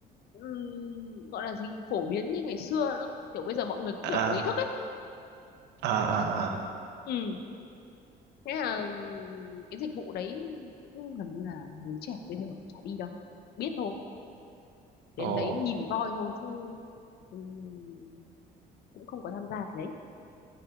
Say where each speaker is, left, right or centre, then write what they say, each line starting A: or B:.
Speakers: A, on the left (about 70°); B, on the right (about 80°).
A: ừm, gọi là gì phổ biến như ngày xưa nữa kiểu bây giờ mọi người cũng
B: À
A: kiểu có ý thức ấy
B: à à à.
A: ừ thế là ừm, cái dịch vụ đấy cũng gần như là người trẻ bây giờ cũng chả đi đâu biết thôi
B: Ồ.
A: đến đấy nhìn voi thôi chứ ừm, cũng không có tham gia cái đấy